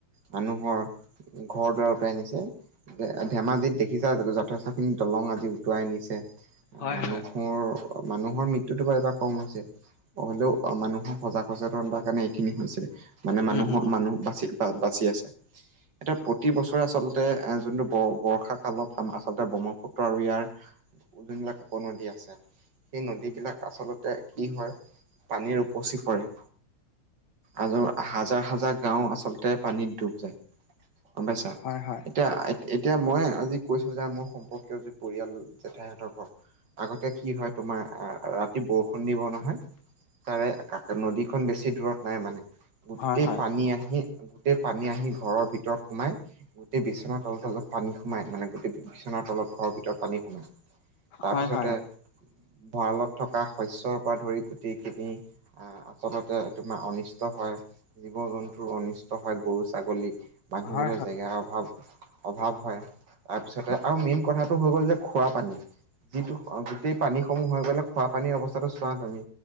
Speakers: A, on the right; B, on the left.
A: মানুহৰ ঘৰ দুৱাৰ উটুৱাই নিছে ধে ধেমাজিত দেখিছা যথেষ্ট খিনি দলং আজি উটুৱাই নিছে।
B: হয়
A: মানুহৰ
B: হয় অ হয় হয়
A: মানুহৰ মৃত্যুটো বাৰু এইবাৰ কম হৈছে। হলেও অ মানুহৰ সজাগ সচেতনতাৰ কাৰণে এইখিনি হৈছে, মানে মানুহৰ
B: উম উম
A: মানুহ বাচি তাত বাছি আছে। এতিয়া প্ৰতি বছৰে আচলতে এ যোনটো ব বৰ্ষা কালত আচলতে ব্ৰহ্মপুত্ৰ আৰু ইয়াৰ যোনবিলাক উপনদী আছে সেই নদীবিলাক আচলতে কি হয়, পানীৰ উপচি পৰে। আ হাজাৰ হাজাৰ গাওঁ আচলতে পানীত ডুব যায়, গম পাইছা?
B: হয় হয়।
A: এতিয়া, এতিয়া মই আজি কৈছোঁ যে মোৰ সম্পৰ্কীয় যি পৰিয়াল জেঠাইহঁতৰ ঘৰ আগতে কি হয় তোমাৰ, আ ৰাতি বৰষুণ দিব নহয় তাৰে কাক নদীখন বেছি দূৰত নাই মানে, গোটেই
B: হয় হয়
A: পানী আহি গোটেই পানী আহি ঘৰৰ ভিতৰত সোমাই গোটেই বিচনাৰ তলৰ তলত পানী সোমাই মানে গোটেই বিচনাৰ তলত ঘৰৰ ভিতৰত পানী সোমাই। তাৰপিছতে,
B: হয় হয়
A: ভঁৰালত থকা শস্যৰ পৰা ধৰি গোটেইখিনি আহ আচলতে তোমাৰ অনিষ্ট হয়, জীৱ জন্তুৰ অনিষ্ট হয় গৰু, ছাগলী। বান্ধিবলৈ
B: হয় হয়
A: জেগাৰ অভাৱ, অভাৱ হয়। তাৰপিছতে আৰু মেইন কথাটো হৈ গ'ল যে খোৱা পানী, যিটো গো-গোটেই পানীসমূহ হৈ গ'লে খোৱাপানীৰ অৱস্থাটো চোৱা তুমি।